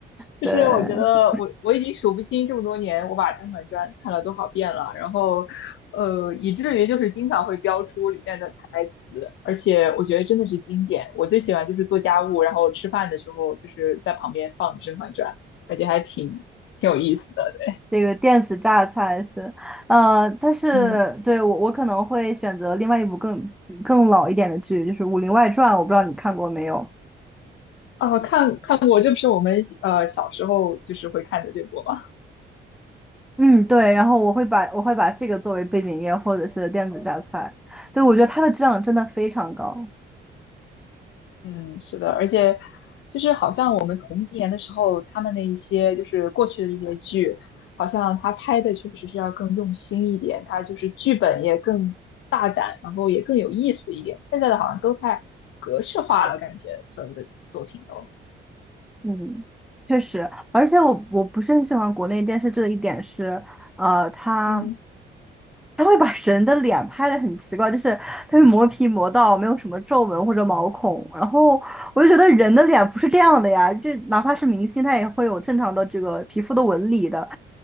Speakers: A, on the left; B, in the centre.
A: 就是我觉得我我已经数不清这么多年我把《甄嬛传》看了多少遍了，
B: 对，
A: 然后呃，以至于就是经常会标出里面的台词，而且我觉得真的是经典。我最喜欢就是做家务，然后吃饭的时候就是在旁边放《甄嬛传》，感觉还挺挺有意思的。对，
B: 这个电子榨菜是，呃，但是对我我可能会选择另外一部更更老一点的剧，
A: 嗯，
B: 就是《武林外传》，我不知道你看过没有。
A: 啊，看看过，这不是我们呃小时候就是会看的这部吗？
B: 嗯，对，然后我会把我会把这个作为背景音乐或者是电子榨菜，对，我觉得它的质量真的非常高，
A: 嗯，是的，而且就是好像我们童年的时候，他们的一些就是过去的一些剧，好像他拍的确实是要更用心一点，他就是剧本也更大胆，然后也更有意思一点。现在的好像都太格式化了，感觉所有的作品都，
B: 嗯，确实，而且我我不是很喜欢国内电视剧的一点是，呃，它
A: 嗯，
B: 它会把人的脸拍的很奇怪，就是它会磨皮磨到没有什么皱纹或者毛孔，然后我就觉得人的脸不是这样的呀，
A: 嗯
B: 这哪怕是明星，他也会有正常的这个皮肤的纹理的，